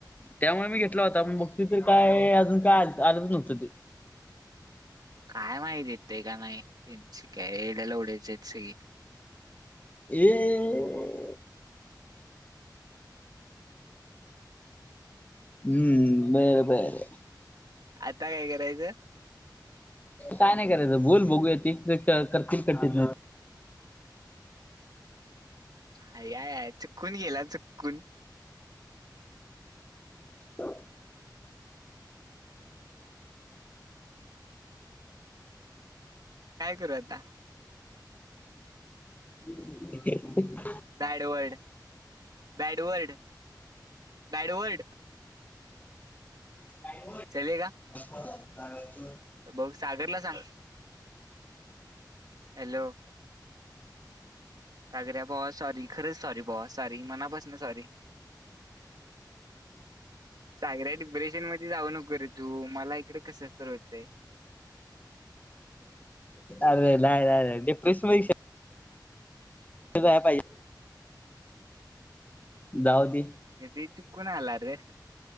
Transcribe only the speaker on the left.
त्यामुळे मी घेतला होता मग बग त तर काय अजून काय आलंच नव्हतं ते
ये हम्म बर बर
काय नाही करायचं बोल बघूया त करतील करतील
हो
ह <unintelligible>
<unintelligible>
<inaudible>
अरे नाही नाही डिप्रेशन जायला पाहिजे. दावदी